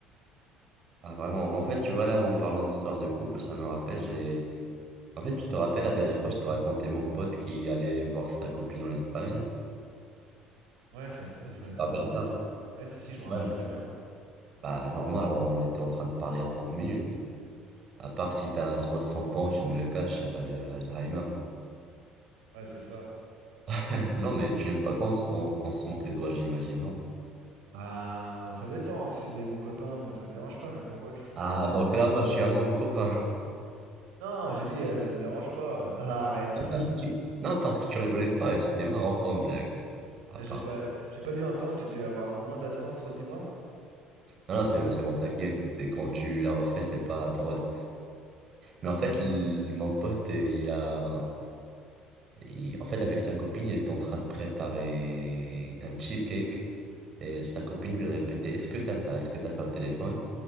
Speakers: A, on the right (about 40°); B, on the right (about 65°).
A: ah, vraiment. En fait, tu vois, là, en parlant d'histoires de couple, ça me rappelle, j'ai... En fait, tu te rappelles, la dernière fois, je te racontais mon pote qui allait voir sa copine en Espagne.
B: Ouais, ça me, ça,
A: Tu
B: ça,
A: te
B: ça
A: rappelles
B: me parle bien,
A: ça?
B: ouais. Ouais, si, si, je me rappelle
A: Ouais.
B: très bien.
A: Bah, normal, on était en train de parler il y a 30 minutes. À part si t'as 60 ans, je me le cache, et t'as le Alzheimer.
B: Ouais, Ouais, c'est ça.
A: <laughs> Non,
B: J'ai-
A: mais tu aimes pas qu'on s- on- qu'on se moque de toi, j'imagine, non?
B: Ah, ça dépend. Si c'est des bons copains, moi, ça me dérange pas. Mais pourquoi? Qu'est-ce qui s'est
A: Ah,
B: passé?
A: donc là, moi, je suis un mauvais copain.
B: Non, j'ai dit, euh, ça me dérange pas. Ah, arrête.
A: Non,
B: <laughs>
A: parce que tu... non, parce que tu rigolais pas et c'était marrant comme blague. À
B: Ah,
A: part.
B: J'ai pas, j'ai pas dû entendre. J'ai dû avoir un moment d'absence. Redis-moi.
A: Non, non, c'est c'est bon, t'inquiète. C'est quand tu la refais, c'est pas drôle. Mais en fait, l- mon pote, euh, il a. il- En fait, avec sa copine, il était en train de préparer un cheesecake. Et sa copine lui répétait, Est-ce que t'as ça? Est-ce que t'as ça au téléphone?